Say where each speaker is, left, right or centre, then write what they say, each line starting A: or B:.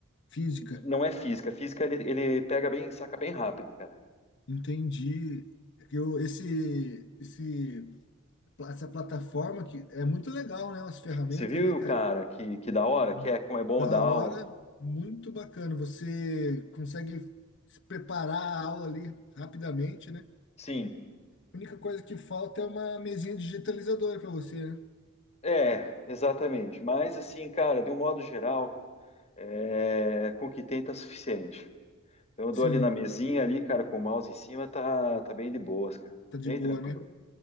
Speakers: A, on the left (about 55°); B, on the left (about 30°).
A: Física.
B: não é física. Física ele, ele pega bem, saca bem rápido, cara.
A: Entendi. Eu, esse, esse pla- essa plataforma que é muito legal, né? As ferramentas,
B: Você viu,
A: né, cara?
B: cara, que, que da hora,
A: Hum.
B: que é como é bom
A: Da
B: dar aula?
A: hora, muito bacana. Você consegue se preparar a aula ali rapidamente, né?
B: Sim,
A: A única coisa que falta é uma mesinha digitalizadora para você, né?
B: é, exatamente. Mas, assim, cara, de um modo geral, é, com o que tem tá suficiente. Então, eu
A: Sim,
B: dou ali na mesinha ali, cara, com o mouse em cima, tá, tá bem de boas, cara.
A: tá de
B: Bem
A: boa,
B: tranquilo.
A: né?